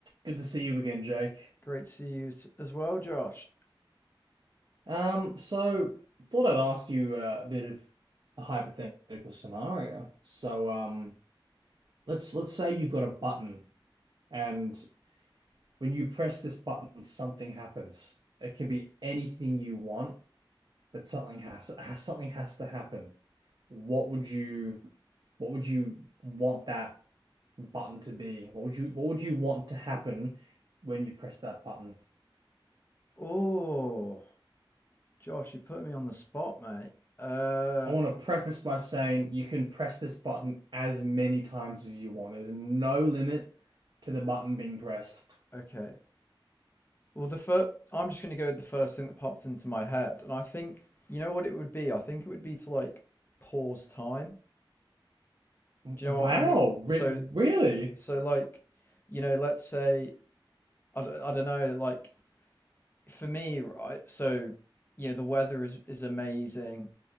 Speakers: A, on the right; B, on the left.
A: Good to see you again, Jake.
B: Great to see you as well, Josh.
A: Um, so thought I'd ask you uh, a bit of a hypothetical scenario. So, um, let's let's say you've got a button, and when you press this button, something happens. It can be anything you want, but something has, has something has to happen. What would you what would you want that button to be? What would you what would you want to happen when you press that button?
B: Oh, Josh, you put me on the spot, mate. Uh,
A: I want to preface by saying you can press this button as many times as you want. There's no limit to the button being pressed.
B: okay. Well, the first, I'm just gonna go with the first thing that popped into my head, and I think you know what it would be. I think it would be to like pause time. Do
A: Wow,
B: you know what I mean?
A: Re
B: So,
A: really?
B: so like, you know, let's say I don't, I don't know. Like for me, right? So you know, the weather is is amazing.